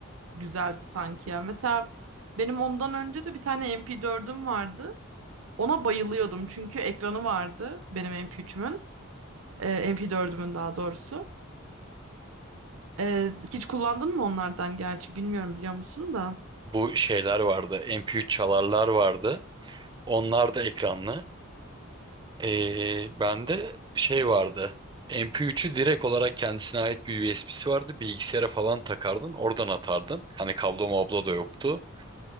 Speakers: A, on the right; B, on the right.
A: güzeldi sanki ya. Mesela benim ondan önce de bir tane MP4'üm vardı. Ona bayılıyordum çünkü ekranı vardı benim MP3'ümün, e, MP4'ümün daha doğrusu. Ee, hiç kullandın mı onlardan gerçi bilmiyorum biliyor musun da.
B: Bu şeyler vardı. MP3 çalarlar vardı. Onlar da ekranlı. Ee, bende şey vardı. MP3'ü direkt olarak kendisine ait bir USB'si vardı. Bilgisayara falan takardın. Oradan atardın. Hani kablo mablo da yoktu.